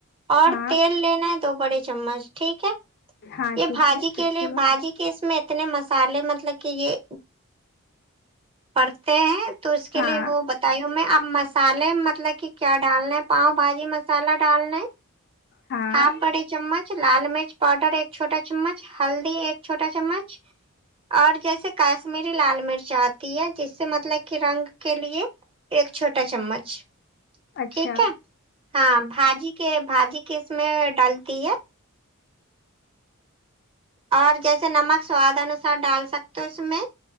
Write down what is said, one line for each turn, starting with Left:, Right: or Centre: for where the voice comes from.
Right: اور
Left: ہاں
Right: تیل لینا ہے دو بڑے چمچ ٹھیک ہے
Left: ہاں ٹھیک
Right: بھاجی
Left: ہے اس
Right: کے لیے
Left: بعد
Right: بھاجی کہ اس میں اتنے مصالے مطلب کہ یہ پڑتے ہیں تو اس کے
Left: ہاں
Right: لیے وہ بتایوں میں اب مص الے مطلب کہ کیا ڈالنا ہے پاؤ بھاجی مسالہ ڈالنا ہے
Left: ہاں
Right: ہاف بڑے چمچ لال مرچ پاؤڈر ایک چھوٹا چمچ ہلدی ایک چھوٹا چمچ اور جیسے ک شمیری لال مرچ آتی ہے جس سے مطلب کہ رنگ کے لیے ایک چھوٹا چمچ
Left: اچھا
Right: ٹھیک ہے ہاں بھاجی کے بھاجی کے اس میں ڈلتی ہے اور جیسے نمک سواد انوسار ڈال سکتے ہو اس میں